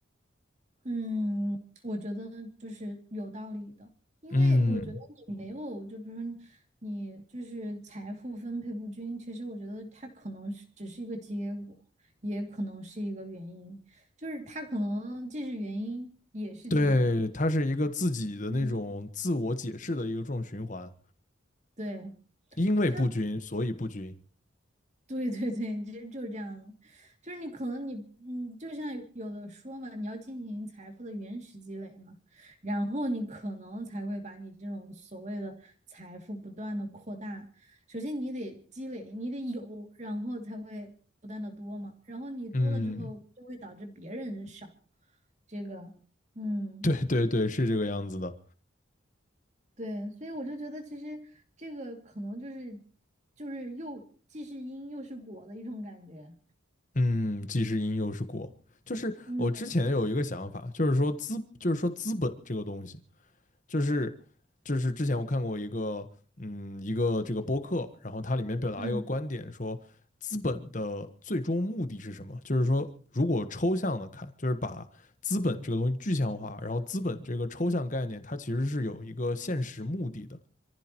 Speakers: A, on the right (about 35°); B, on the left (about 40°).
A: 嗯，我觉得就是有道理的，因为我觉得你没有，
B: 嗯，
A: 就比如说你就是财富分配不均，其实我觉得它可能是只是一个结果，也可能是一个原因，就是它可能既是原因也是结果。
B: 对，它是一个自己的那种自我解释的一个这种循环。
A: 嗯，对，
B: 因为不均，
A: 它。
B: 所以不均。
A: <laughs> 对对对，其实就是这样的，就是你可能你嗯，就像有的说嘛，你要进行财富的原始积累嘛，然后你可能才会把你这种所谓的财富不断的扩大。首先你得积累，你得有，然后才会不断的多嘛。然后你多了之后，
B: 嗯，
A: 就会导致别人少。这个，嗯，
B: 对对对，是这个样子的。
A: 对，所以我就觉得其实这个可能就是就是又既是因又是果的一种感觉。
B: 嗯，既是因又是果，就是我之前有一个想法，
A: 嗯
B: 就是说资，就是说资本这个东西，就是就是之前我看过一个嗯一个这个播客，然后它里面表达一个观点说，
A: 嗯。
B: 资本的最终目的是什么？就是说，如果抽象的看，就是把资本这个东西具象化，然后资本这个抽象概念，它其实是有一个现实目的的。